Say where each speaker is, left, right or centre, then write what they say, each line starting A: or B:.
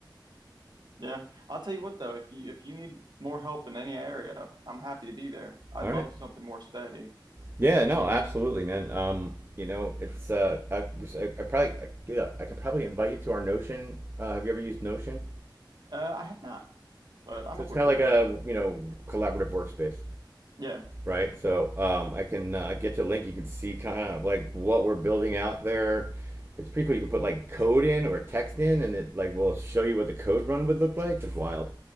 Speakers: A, on the right; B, on the right.
A: Yeah. I'll tell you what though, if you, if you need more help in any area, I'm happy to be there. I'd
B: All
A: love
B: right.
A: something more steady.
B: Yeah, no, absolutely, man. Um, you know, it's uh, I, I, I probably, I, yeah, I could probably invite you to our Notion. Uh, have you ever used Notion?
A: Uh, I have not, but I'm
B: So
A: a
B: it's
A: quick
B: kind of
A: learner.
B: like a, you know, collaborative workspace,
A: Yeah.
B: right? So um, I can uh, get you a link. You can see kind of like what we're building out there. It's pretty cool. You can put like code in or text in, and it like will show you what the code run would look like. It's wild,